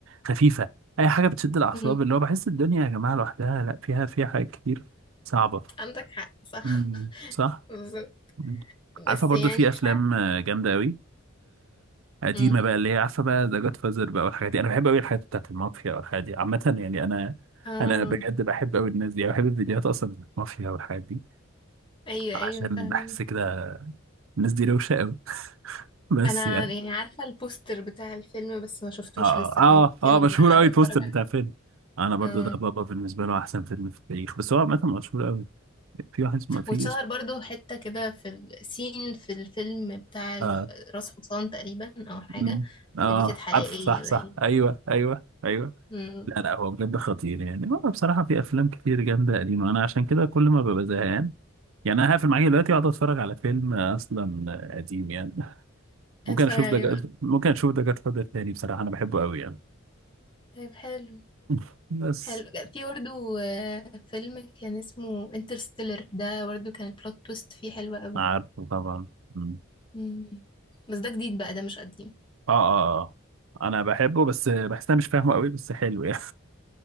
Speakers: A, on the right; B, on the left.
A: خفيفه اي حاجه بتشد الاعصاب
B: م-
A: اللي هو بحس الدنيا يا جماعه لوحدها لا فيها فيها حاجات كتير صعبه
B: عندك حق صح
A: مم، صح
B: <laughs> بالظبط.
A: مم. عارفه
B: بس
A: برضو
B: يعني
A: في
B: مش
A: افلام
B: عارفة
A: آه، جامده قوي قديمه
B: م.
A: بقى اللي هي عارفه بقى ذا جاد فازر بقى والحاجات دي انا بحب قوي الحاجات بتاعت المافيا والحاجات دي عامه يعني انا
B: اه
A: انا بجد بحب قوي الناس دي أنا بحب الفيديوهات اصلا بتاعت المافيا والحاجات دي
B: ايوه
A: عشان
B: ايوه فاهم
A: بحس كده الناس دي روشه قوي <laughs> بس
B: انا
A: يعني
B: يعني عارفة البوستر بتاع الفيلم بس ما شفتوش
A: اه
B: لسه
A: اه
B: فممكن
A: اه آه، مشهور قوي
B: ابقى
A: البوستر
B: اتفرج عليه
A: بتاع فيلم انا برضو
B: اه
A: ده بابا بالنسبه له احسن فيلم في التاريخ بس هو عامه مشهور قوي في واحد اسمه في
B: واتشهر
A: اسم
B: برضو حتة كده في السين في الفيلم بتاع الح-
A: اه
B: راس حصان تقريبا او حاجة
A: مم. اه
B: دي كانت حقيقية
A: عارف صح
B: باين
A: صح ايوه ايوه ايوه
B: م.
A: لا لا هو بجد خطير يعني هو بصراحة في أفلام كتير جامدة قديمة أنا عشان كده كل ما ببقى زهقان يعني أنا هقفل معاك دلوقتي وأقعد أتفرج على فيلم أصلا قديم يعني ممكن
B: هتفرج
A: أشوف
B: عليه
A: ده جاد
B: بقى
A: ممكن أشوف ده جاد فاذر تاني بصراحة أنا بحبه أوي يعني
B: طيب حلو
A: <laughs> بس
B: حلو في برضه آه، فيلم كان اسمه انترستيلر ده برضه كان البلوت تويست فيه حلوة قوي
A: عارفه طبعا مم.
B: مم. بس ده جديد بقى ده مش قديم
A: آه آه آه أنا بحبه بس بحس أنا مش فاهمه أوي بس حلو يعني